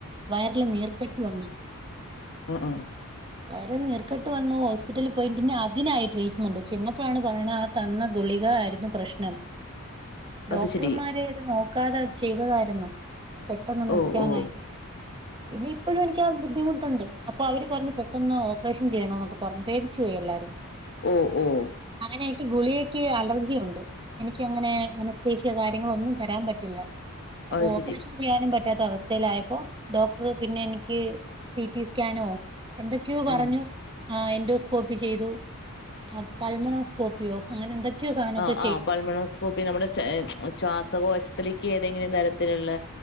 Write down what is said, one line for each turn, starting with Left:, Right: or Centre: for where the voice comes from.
Right: വയ്ർൽ നീർക്കെട്ട് വന്നു.
Left: അഹ് അഹ്
Right: വയർ നീർക്കെട്ട് വന്നു ഹോസ്പിറ്റൽ പോയി പിന്നെ അതിനായി ട്രീറ്റ്മെന്റ് ചെന്നപ്പോഴാണ് പറയണേ ആ തന്ന ഗുളി ഗായിരുന്നു പ്രശ് ണം ഡോക്ടർമാരാരും
Left: അത് ശരി.
Right: നോക്കാതെ ചെയ്തതായിരുന്നു. പെട്ടെന്ന് നിക്യാനായിട്ട്
Left: ഓ, ഓ.
Right: പിന്നെ ഇപ്പഴു എനിക്കാ ബുദ്ധിമുട്ടുണ്ട്. അപ്പൊ അവര് പറഞ്ഞ് പെട്ടെന്നാ ഓപ്പറേഷൻ ചെയ്യണോന്നൊക്കെ പറഞ്ഞ് പേടിചോയി യെല്ലാരും
Left: ഓ ഓ
Right: നായിട്ട് ഗുളികക്ക് അലർജിയുണ്ട് എനിക്ക് അങ്ങനെ അനസ്റ്റെഷ്യ കാര്യങ്ങളൊന്നും തരാൻ പറ്റില്ല. അപ്പൊ
Left: അത് ശരി.
Right: ഒപ്രെഷൻ ചെയ്യാനും പറ്റ് റ്റാത്ത അവസ്തേലായപ്പോ ഡോക്ടർ പിന്നെ എനിക്ക് സി റ്റി സ്കാനോ എന്തൊക്യോ പറഞ്ഞു.
Left: ആ.
Right: ആ എൻഡോസ്കോപ്പി ചെയ്തു. ആ പൽമനോസ്കോപ്പിയോ അങ്ങനെ എന്തൊക്യോ സാനൊകി
Left: ആ പൾമണോസ്കോപ്പി നമ്മുടെ ചേ ശ്വാസകോഷ്തിൽക്ക് ഏതെങ്കിലും തരത്തില്ള്ള